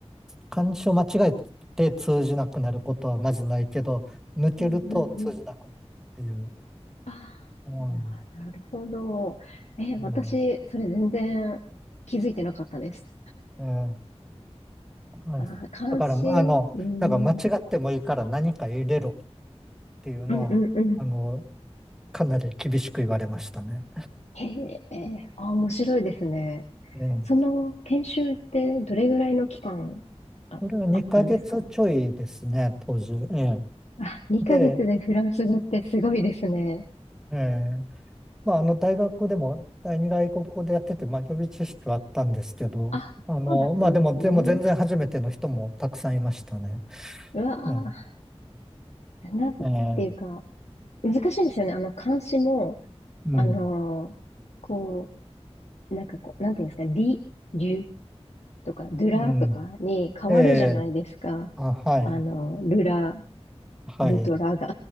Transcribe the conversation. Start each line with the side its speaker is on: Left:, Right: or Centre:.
Centre: 漢詩を間違えて通じなくなることはまずないけど、抜けると通じなくなるっていう。
Left: うんうんうん。ああ、
Centre: うん。
Left: な、なるほど。え、
Centre: うん
Left: 私、それ全然気づいてなかったです。
Centre: ええうんだから、
Left: あー、関心、
Centre: あの、
Left: うん、
Centre: だから間違ってもいいから何か入れろっていうのは、
Left: うんうんうん。
Centre: あの、かなり厳しく言われましたね。
Left: へえ、えーあー、面白いですね。
Centre: ね、
Left: その研修ってどれぐらいの期間あ、
Centre: それは2ヶ月ちょいですね、
Left: あったんですか
Centre: 当時。ええ
Left: あ、2ヶ月でフランス語ってすごいですね。
Centre: で、ええまあ、あの、大学でも第二外国語でやってて、まあ、予備知識はあったんですけど、
Left: あ、
Centre: あの、
Left: そうだったんですね。
Centre: まあ、でも、でも全然初めての人もたくさんいましたね。
Left: うわー
Centre: うん。
Left: なんていうか、
Centre: ええ
Left: 難しいんですよね。あの、漢詩も、
Centre: うん。
Left: あのーこう、なんかこう、なんていうんですか、り、りゅとか、ドゥラとかに変わるじゃないですか。
Centre: うん。ええあ、はい。
Left: あの、ルラ、
Centre: はい。
Left: ルとラが。